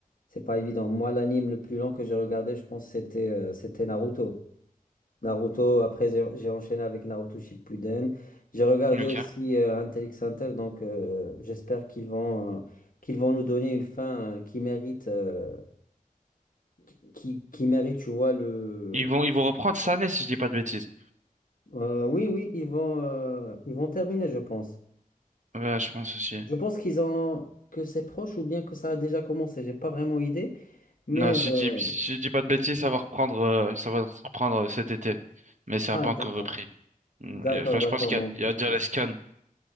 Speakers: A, on the left; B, on the right.
A: C'est pas évident. Moi, l'anime le plus long que j'ai regardé, je pense, c'était euh, c'était Naruto. Naruto, après, j'ai j'ai enchaîné avec Naruto Shippuden. J'ai regardé
B: Ok.
A: aussi euh, Hunter x Hunter, donc euh, j'espère qu'ils vont, euh, qu'ils vont nous donner une fin euh, qui mérite, euh, qui, qui qui mérite, tu vois, le,
B: Ils vont ils vont reprendre cette année si je dis pas de bêtises.
A: euh, oui, oui, ils vont, euh, ils vont terminer, je pense.
B: Ouais, je pense aussi.
A: Je pense qu'ils ont que c'est proche ou bien que ça a déjà commencé. J'ai pas vraiment idée, mais
B: Non, si je
A: euh,
B: dis si je dis pas de bêtises, ça va reprendre euh, ça va reprendre euh, cet été. Mais ça
A: ah,
B: n'a pas
A: d'accord,
B: encore repris. Mm,
A: d'accord,
B: y a- Enfin,
A: d'accord.
B: je pense qu'il
A: Donc,
B: y a, il y a déjà
A: ouais.
B: les scans.